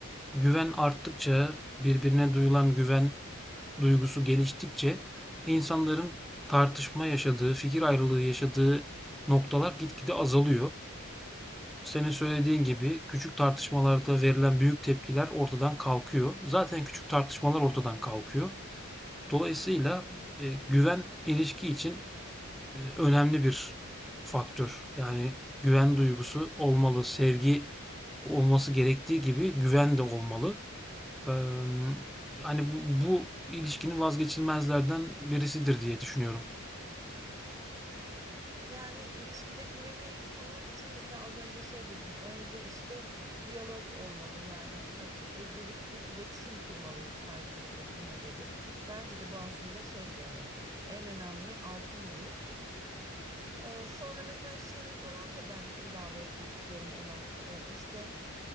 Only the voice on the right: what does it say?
Evet.
Evet, evet. Yani ilişkide güveni kurmak için mesela az önce şey dedin. Önce işte diyalog olmalı. Yani açık ve dürüst bir iletişim kurmalıyız karşımızdakinle dedin. Bence de bu aslında şey böyle en önemli altın vuruş. Ee, sonra mesela şeyi falan da ben ilave etmek istiyorum ona. Ee, işte